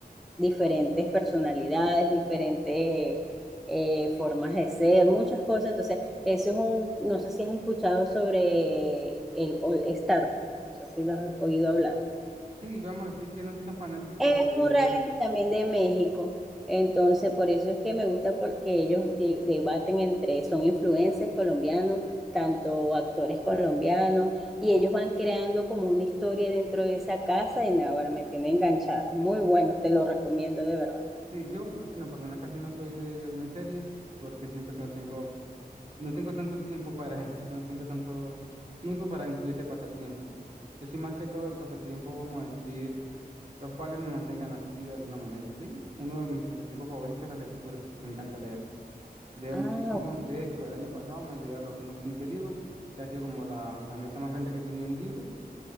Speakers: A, in the centre; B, on the right.
A: diferentes personalidades, diferentes eh, formas de ser, muchas cosas. Entonces, eso es un, no sé si has escuchado sobre el All Star. No sé si lo has oído hablar.
B: sí, vamos a decir que no soy tan fanático
A: Él
B: de lo
A: es
B: que
A: un reality
B: es.
A: también de México. Entonces, por eso es que me gusta porque ellos de- debaten entre, son influencers colombianos, tanto actores colombianos, y ellos van creando como una historia dentro de esa casa y nada, ahora me tiene enganchada. Muy bueno, te lo recomiendo de verdad.
B: Sí, yo porque en lo personal casi no soy de verme series, porque siento que no tengo, no tengo tanto tiempo para eso, <laughs> no tengo tanto tiempo para incluir ese pasatiempo. Yo soy más que todo de pasatiempo, vamos a decir, los cuales me mantengan activo de alguna manera, ¿sí? Uno de mis pasatiempos favoritos es la lectura, me encanta leer. Leo
A: Ah,
B: muchísimo. De hecho, el año pasado me leí alrededor de unos 15 libros, que ha sido como la, la meta más grande que he tenido en libros.